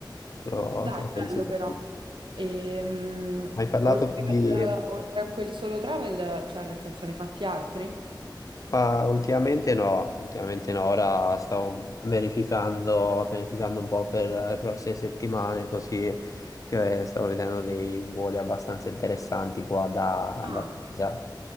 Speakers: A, on the left; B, on the right.
A: Te lo,
B: Dai,
A: te lo consiglio.
B: bello però.
A: più.
B: Ehm,
A: Hai parlato
B: oltre
A: con gli...
B: al- oltre a quel solo travel, cioè nel senso ne hai fatti altri?
A: pa- ultimamente no, ultimamente no, ora stavo verificando, pianificando un po' per le prossime settimane, così che stavo vedendo dei voli abbastanza interessanti qua da,
B: Ah,
A: da Pisa.